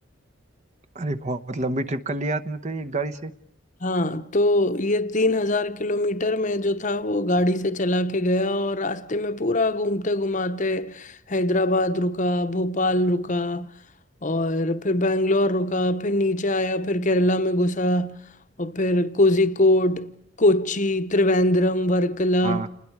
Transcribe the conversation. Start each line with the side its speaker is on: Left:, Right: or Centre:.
Right: अरे बहुत लंबी ट्रिप कर लिया तुमने तो ये गाड़ी से
Left: हाँ तो ये तीन हजार किलोमीटर में जो था वो गाड़ी से चला के गया और रास्ते में पूरा घूमते घुमाते हैदराबाद रुका भोपाल रुका और फिर बैंगलोर रुका फिर नीचे आया फिर केरला में घुसा और फिर कोझिकोड कोची त्रिवेंद्रम वर्कला
Right: हाँ